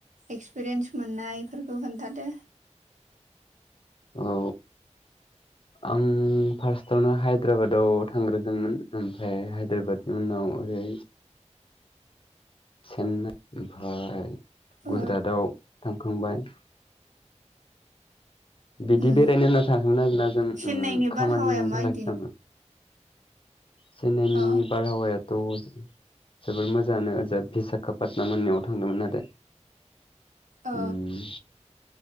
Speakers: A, on the right (about 80°); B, on the left (about 45°).
A: एक्सपिरियेन्स मोननाय इफोरखौ खोन्थादो।
B: औ आं फार्स्टआवनो हायद्राबादाव थांग्रोदोंमोन ओमफ्राय हायद्राबादनि उनाव ओरै चेन्नाइ, ओमफाय
A: अ
B: गुजुरातआव थांखांबाय। बिदि
A: उम
B: बेरायनो होनना थाङाखैमोन आरोना जों ओ
A: चेन्नाइनि
B: खामानिनि
A: बारहावाया माबायदि
B: थाखायसो थांदोंमोन। चेननायनि
A: अ
B: बारहावायाथ' जोबोर मोजाङानो ओ बिशाखा पात्नाम होननायाव थांदोंमोन आरो।
A: अ
B: उम